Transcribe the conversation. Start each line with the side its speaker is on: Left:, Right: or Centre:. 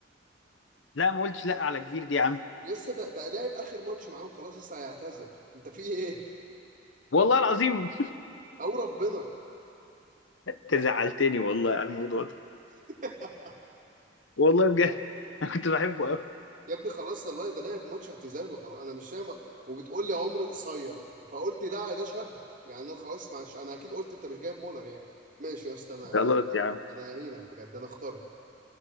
Left: لا ما قلتش لا على كبير دي يا عم
Right: يا اسطى ده ده لاعب اخر ماتش معاهم خلاص لسه هيعتزل انت في ايه
Left: والله العظيم
Right: او ربنا
Left: <laughs> انت زعلتني والله على الموضوع ده
Right: <laughs>
Left: والله بجد <laughs> انا كنت بحبه قوي
Right: يا ابني خلاص والله ده لعب ماتش اعتزال وخلاص انا مش فاهم وبتقول لي عمره قصير فقلت ده ده شاب يعني انا خلاص معش انا اكيد قلت انت مش جايب مولر يعني ماشي يا اسطى انا
Left: خلاص
Right: انا
Left: يا عم
Right: انا اهينك بجد انا اخترت